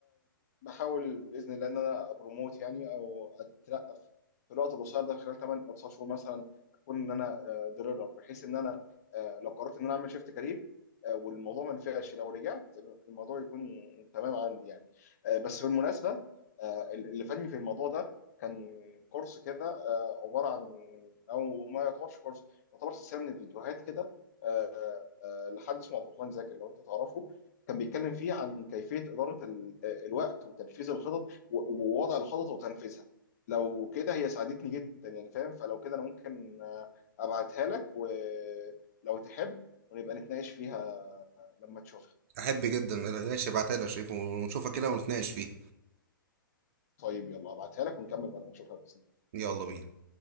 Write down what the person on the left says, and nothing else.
بحاول باذن الله ان انا ابروموت يعني او اترقى في في الوقت القصير ده خلال 8 او 9 شهور مثلا اكون ان انا دريلر بحيث ان انا آه، لو قررت ان انا اعمل شيفت كارير آه، والموضوع ما نفعش لو رجعت الموضوع يكون تمام عندي يعني آه، بس بالمناسبه آه، اللي فادني في الموضوع ده كان كورس كده آه، عباره عن او ما يعتبرش كورس يعتبر سلسله من الفيديوهات كده آه، آه، لحد اسمه عبد الرحمن زاكر لو انت تعرفه كان بيتكلم فيه عن كيفيه اداره ال- آه، الوقت وتنفيذ الخطط و- ووضع الخطط وتنفيذها لو كده هي ساعدتني جدا يعني فاهم فلو كده انا ممكن آه، ابعتها لك ولو تحب ونبقى نتناقش فيها لما تشوفها
طيب يلا ابعتها لك ونكمل بعد ما تشوفها بس